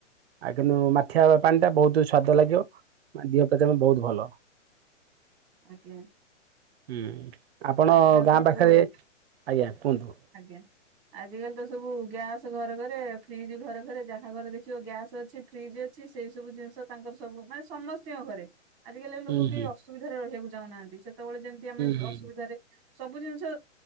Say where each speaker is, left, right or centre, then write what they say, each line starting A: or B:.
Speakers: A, on the right; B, on the right.
A: ଆଗେ ମୁ ମାଠିଆ ପାଣି ଟା ବୋହୁତ ସ୍ଵାଦ ଲାଗିବ, ମାନେ ଦିହ ପ୍ରତି ଆମେ ବୋହୁତ ଭଲ।
B: ଆଜ୍ଞା
A: ହୁଁ ଆପଣ
B: ଆଜିକାଲି
A: ଗାଁ
B: ତ
A: ପାଖରେ
B: ସବୁ
A: ଆଜ୍ଞା କୁହନ୍ତୁ।
B: ଆଜ୍ଞା। ଆଜି କାଲି ତ ସବୁ ଗ୍ୟାସ ଘରେ ଘରେ ଫ୍ରିଜ୍ ଘରେ ଘରେ ଯାହା ଘରେ ଦେଖିବ ଗ୍ୟାସ ଅଛି। ଫ୍ରିଜ ଅଛି ସେଇ ସବୁ ଜିନିଷ ତାଙ୍କର ସବୁ ମାନେ ସମସ୍ତଙ୍କ ଘରେ। ଆଜିକାଲି ଲୋକ
A: ହୁଁ
B: କେହି
A: ହୁଁ
B: ଅସୁବିଧାରେ ରହିବାକୁ ଚାହୁଁନାହାନ୍ତି ସେତେବେଳେ ଯେମିତି ଆମେ
A: ହୁଁ
B: ଅସୁବିଧାରେ। ସବୁ ଜିନିଷ